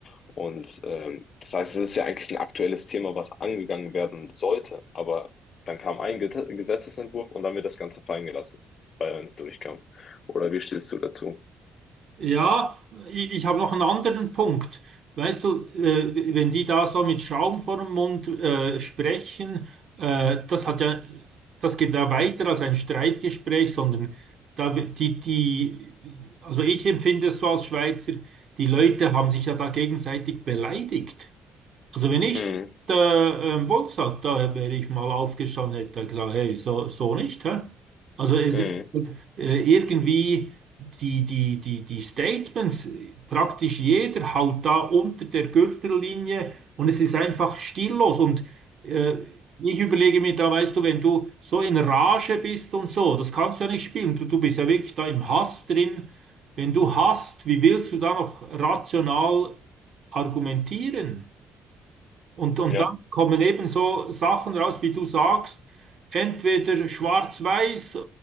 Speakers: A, on the left; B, on the right.
A: Und ähm, das heißt, es ist ja eigentlich ein aktuelles Thema, was angegangen werden sollte, aber dann kam ein Get Gesetzesentwurf und dann wird das Ganze fallen gelassen, weil er nicht durchkam. Oder wie stehst du dazu?
B: Ja, ich, ich habe noch einen anderen Punkt. Weißt du, äh, wenn die da so mit Schaum vor dem Mund äh, sprechen, äh, das hat ja, das geht ja weiter als ein Streitgespräch, sondern da, die, die, also ich empfinde es so als Schweizer, die Leute haben sich ja da gegenseitig beleidigt. Also wenn ich
A: Mhm.
B: der ähm, Bundestag da wäre ich mal aufgestanden, hätte gesagt, hey, so, so nicht, hä? Also es,
A: Mhm.
B: es wird, äh, irgendwie die, die, die, die Statements, praktisch jeder haut da unter der Gürtellinie und es ist einfach stillos. Und äh, ich überlege mir da, weißt du, wenn du so in Rage bist und so, das kannst du ja nicht spielen. Du, du bist ja wirklich da im Hass drin. Wenn du hasst, wie willst du da noch rational argumentieren? Und, und
A: Ja,
B: dann kommen eben so Sachen raus, wie du sagst, entweder schwarz-weiß, äh,